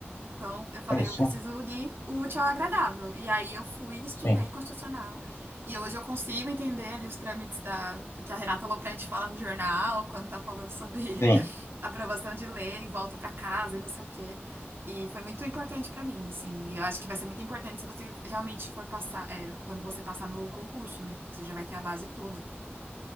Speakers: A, on the right; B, on the left.
A: Então eu falei,
B: Olha só,
A: eu preciso unir o útil ao agradável. E aí eu fui, estudei
B: sim,
A: constitucional, e hoje eu consigo entender ali os trâmites da, que a Renata Lopretti fala no jornal, quando tá falando sobre
B: sim,
A: <laughs> aprovação de lei, volta pra casa e não sei o quê. E foi muito importante pra mim, assim. E eu acho que vai ser muito importante se você realmente for passar, é, quando você passar no concurso, né? Que você já vai ter a base toda.